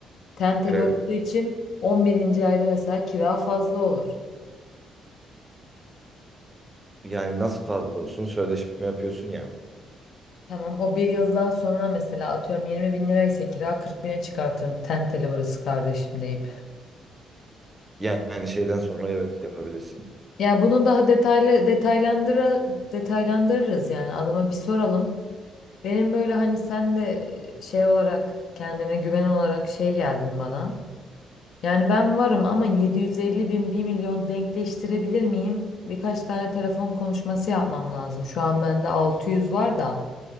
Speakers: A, on the left; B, on the right.
A: Tenteli
B: Evet.
A: olduğu için on birinci ayda mesela kira fazla olur.
B: Yani nasıl fazla olsun sözleşme yapıyorsun ya.
A: Tamam o bir yıldan sonra mesela atıyorum 20 bin liraysa kira 40 bine çıkartırım. Tenteli burası kardeşim deyip.
B: Yani şeyden sonra evet yapabilirsin.
A: Yani bunun daha detaylı detaylandıra detaylandırırız yani adama bir soralım. Benim böyle hani sen de e, şey olarak kendine güven olarak şey geldin bana. Yani ben varım ama 750 bin bir milyon denkleştirebilir miyim? Birkaç tane telefon konuşması yapmam lazım. Şu an bende 600 var da